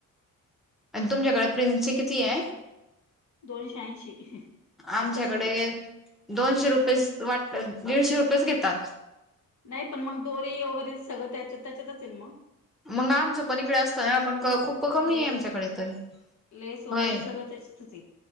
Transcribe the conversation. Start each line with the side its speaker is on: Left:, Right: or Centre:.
Centre: तुमच्याकडे प्रिन्सचे किती आहे?
Left: दोनशे ऐंशी.
Centre: आमच्याकडे
Left: असत सगळं
Centre: दोनशे रुपये वाटत दीडशे रुपयेच घेतात.
Left: नाही पण मग दोरी वगैरे सगळं त्याच्यात त्याच्यातच आहे मग
Centre: मग आमचं पण इकडे असत ना आपण खूप कमी
Left: लेस
Centre: आहे आमच्याकडे तरी
Left: लेस वगैरे
Centre: होय
Left: सगळं त्याचतच.